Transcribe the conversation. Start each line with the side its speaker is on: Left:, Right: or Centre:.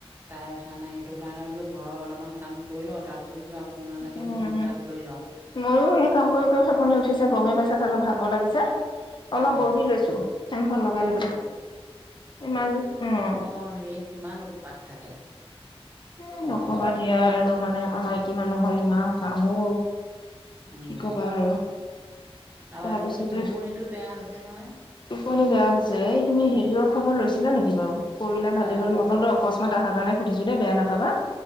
Right: তাই উঠা নাই সেইটোকাৰণে বোলো ঘৰৰ অলপমান কাম কৰি লওঁ, তাৰপিছত বোলো আপোনালোকে
Left: উম
Right: ফোন
Left: উম
Right: এটা কৰি লওঁ।
Left: ময়ো সেই কাম কৰি ফেপনি উঠিছে, গমেই পাইছা চাগে ভাগৰ লাগিছে। অলপ
Right: অ
Left: বহি লৈছোঁ ফেনখন লগাই
Right: এ
Left: লৈ পেলাই, ইমান অ'।
Right: অ', ৰে কিমান উৎপাত থাকে।
Left: এ,
Right: খৰ
Left: নকবা
Right: ধৰকে
Left: দিয়া আৰু মানে, আমাৰ মাইকী মানুহৰ ইমান কাম অ'।
Right: উম,
Left: কি কবা আৰু
Right: আৰু
Left: তাৰপিছতে
Right: আজিকালি টোপনিটো বেয়া হৈছে নহয়।
Left: টোপনি বেয়া হৈছে, এই তুমি হেৰিয়ৰ খবৰ লৈছিলা নেকি বাৰু কৰিলে ভালেই
Right: কা
Left: হ'ল মনলৈ অকস্মা মনত আহাৰ কাৰণে সুধিছো দেই বেয়া নাপাবা,